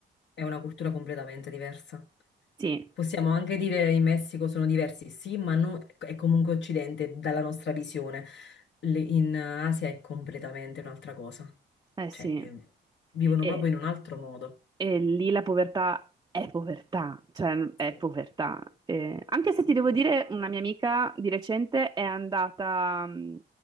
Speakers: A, on the left (about 65°); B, on the right (about 20°).
A: è una cultura completamente diversa.
B: Sì,
A: Possiamo anche dire in Messico sono diversi, sì, ma no- è comunque occidente dalla nostra visione. Le- in Asia è completamente un'altra cosa.
B: eh
A: Cioè,
B: sì.
A: eh, vivono
B: E-
A: proprio in un altro modo.
B: E lì la povertà è povertà, cioè è
A: Sì,
B: povertà. Eh, anche
A: sì.
B: se ti devo dire, una mia amica di recente è andata mh,